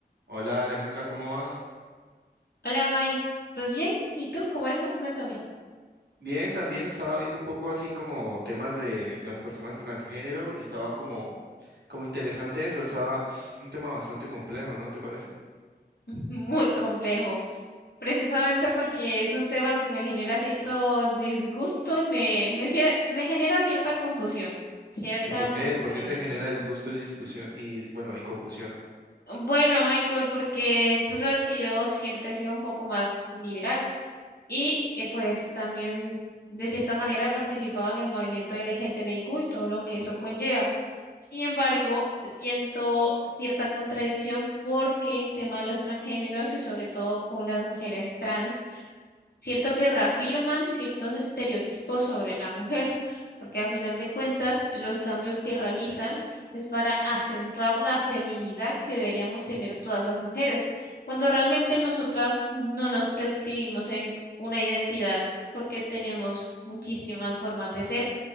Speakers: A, on the right (about 75°); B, on the left (about 65°).
A: Hola Alejandra, ¿cómo vas?
B: Hola, May. Pues bien, ¿y tú cómo estás? Cuéntame.
A: Bien, también estaba viendo un poco así como temas de las personas transgénero y estaba como, como interesante eso, estaba, es un tema bastante complejo, ¿no te parece?
B: <laughs> Muy complejo, precisamente porque es un tema que me genera cierto disgusto y me, me, cie- me genera cierta confusión, cierta
A: ¿Y por
B: contradicción.
A: qué? ¿Por qué te genera disgusto y discusión y bueno, y confusión?
B: Bueno, Michael, porque tú sabes que yo siempre he sido un poco más liberal. Y eh, pues también de cierta manera participaba en el movimiento LGTBIQ y todo lo que eso conlleva. Sin embargo, siento cierta contradicción porque el tema de los transgéneros y sobre todo con las mujeres trans Cierto que reafirman ciertos estereotipos sobre la mujer, porque a final de cuentas los cambios que realizan es para acentuar la feminidad que deberíamos tener todas las mujeres, cuando realmente nosotras no nos prescribimos en una identidad porque tenemos muchísimas formas de ser.